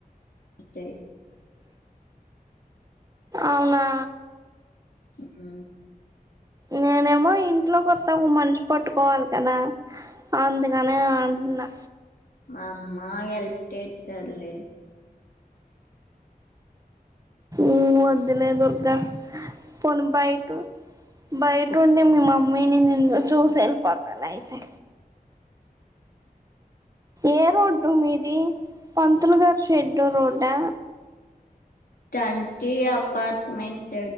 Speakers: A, on the left; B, on the right.
A: అంతే
B: అవునా
A: ఆ
B: నేనేమో ఇంట్లో కొత్త ఒక మనిషి పట్టుకోవాలి. కదా అందుకనే అంటున్నా.
A: అమ్మా హెల్ప్ చేస్తారు. లే
B: ఏమ్ వద్దులే దుర్గా పోని బయట బయట ఉండి. మీ మమ్మీని నిన్ను చూసి వెళ్ళిపోతాను. అయితే ఏ రోడ్డు మీది పంతులు గారి షెడ్ రోడ్డా.
A: తంటి అపార్ట్మెంట్